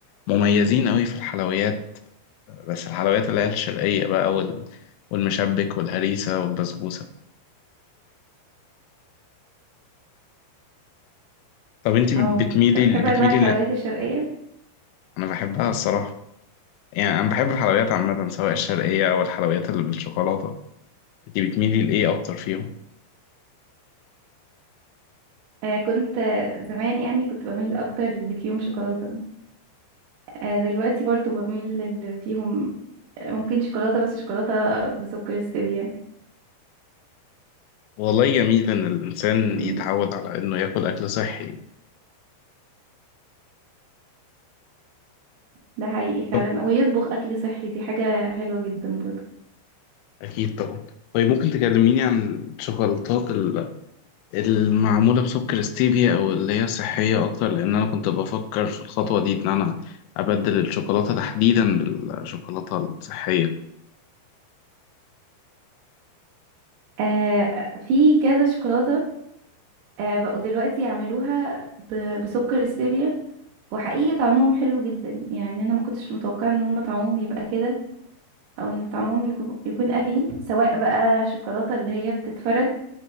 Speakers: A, on the left; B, on the right.
A: مميزين قوي في الحلويات بس الحلويات اللي هي الشرقية بقى وال... والمشبك والهريسة والبسبوسة طب انت بتميلي
B: اه انت بتحب
A: بتميلي
B: انواع الحلويات الشرقيه
A: انا بحبها الصراحه يعني انا بحب الحلويات عامه سواء الشرقيه او الحلويات اللي بالشوكولاته انت بتميلي لايه اكتر فيهم
B: آه كنت آه، زمان يعني كنت بميل اكتر اللي فيهم شوكولاته آه دلوقتي برضو بميل للي فيهم آه، ممكن شوكولاته بس شوكولاته بسكر ستevia
A: والله جميل ان الانسان
B: م-
A: يتعود على انه ياكل اكل صحي
B: ده حقيقي فعلا
A: طب
B: ويطبخ اكل صحي دي حاجه حلوه جدا برضو
A: اكيد طبعا طيب ممكن تكلميني عن الشوكولاتات ال- المعموله بسكر ستيفيا او اللي هي صحيه اكتر لان انا كنت بفكر في الخطوه دي ان انا ابدل الشوكولاته تحديدا بالشوكولاته الصحيه
B: آه في كذا شوكولاته آه بقوا دلوقتي يعملوها ب- بسكر ستevia وحقيقي طعمهم حلو جدا يعني انا ما كنتش متوقعه ان هم طعمهم يبقى كده او ان طعمهم يكون يكون قفيل سواء بقى شوكولاته اللي هي بتتفرد